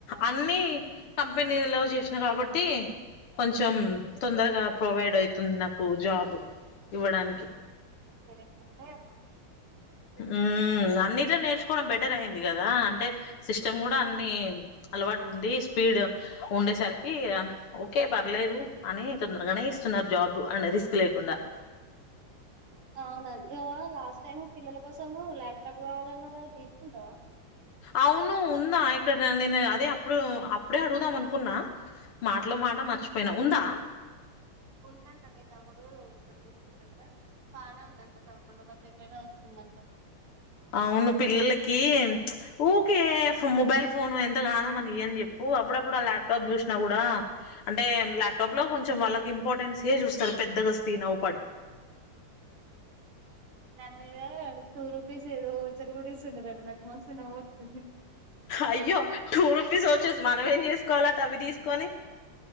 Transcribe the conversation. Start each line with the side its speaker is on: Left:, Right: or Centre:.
Left: అన్ని కంపెనీలో చేసిన కాబట్టి, కొంచెం తొందరగా ప్రొవైడ్ అవుతుంది నాకు జాబ్ ఇవ్వడానికి
Right: సరే కా
Left: ఉ అన్నిట్లో నేర్చుకోవడం బెట్ ర్ అయింది కదా అంటే సిస్టమ్ కూడా అన్ని అలవాటు ఉండి స్పీడ్ ఉండేసరికి, ఓకే పర్లేదు అని తొందరగానే ఇస్తున్నారు జాబ్ అండ్ రిస్క్ లేకుండా
Right: అవునం ఇగ లాస్ట్ టైమ్ పిల్లల కోసం ల్యాప్టాప్ కావాలన్నావు గదా తీసుకుంటావా
Left: అవును ఉందా ఇక్కడ నేను అదే అప్పుడు అప్పుడే అడుగుదాం అనుకున్నా మాటలో మాట మర్చిపోయినా ఉందా
Right: ఉందంట మీ తమ్ముడు <unintelligible> బానే ఉందంట మన బడ్జెట్ లోనే వస్తుందంట
Left: అవును పిల్లలకి ఊకే మొబైల్ ఫోను ఎంత గానం మనం ఇ అని చెప్పు అప్పుడప్పుడు ఆ ల్యాప్టాప్ చూసినా కూడా అంటే ల్యాప్టాప్ లో కొంచెం వాళ్ళకి ఇంపార్టెన్స్య చూస్తారు పెద్దగా స్కీన్ అవపడి
Right: దాని మీద టూ రూపీస్ ఏదో ఓచ్చర్ కూడాడిస్తుండ కట నాకు మస్తు నవ్వు వచ్చింది
Left: అయ్యో టూ రుపీస్ ఓచర్స్ మనం ఏం చేసుకోవాల అవి తీసుకొని